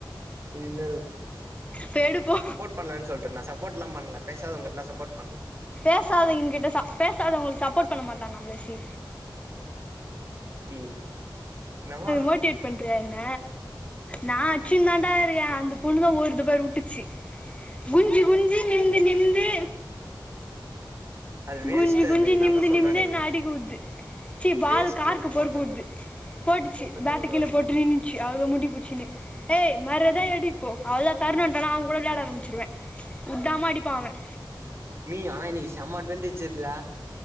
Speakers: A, on the right (about 35°); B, on the left (about 15°).
A: இல்ல
B: போய் எடுப்போ
A: பண்ல சொல்ட்டே நா சப்போர்ட்ல்லா பண்ணல பேசாதவங்க கிட்டலா சப்போர்ட் பண்ல
B: பேசாதங்க
A: ஆ
B: கிட்ட பேசாத உங்களுக்கு சப்போர்ட் பண்ண மாட்டேசி
A: என்னாவா
B: மோட்டிவே்ட் பண்றிய என்ன நான் அச்சுன் தாண்டா இருக்க அந்த பொண்ணுதா ஓடுது பாருவுட்டு குனிஞ்சு குனிஞ்சு நிந்து நிந்து
A: அது வேஸ்ட்
B: குனிஞ்சு குனிஞ்சு
A: அது நா
B: நிமிந்து
A: தா சொல்றனே
B: நிமிந்து என்ன அடிக்கவுடுது சி பால்
A: வேஸ்ட்டு
B: கார்கக்கு பொறுக்க
A: ஒன்னுத்து
B: உடுது போட்டுச்சு
A: ஒன்னுத்துக்கு
B: பேட்டு
A: உதவாது
B: கீழ போட்டு நின் ள முடி போச்சுனுு ஏய் மறாத எடுஇப்போ அவளான் தரண்வன்டானா அவன் கூட விளையாட ஆரம்பிச்சிருவேன் உ்டாம அடிப்பாஅவன்
A: நீ ஆ இன்னைக்கு செம அட்வண்டேச்சர்ல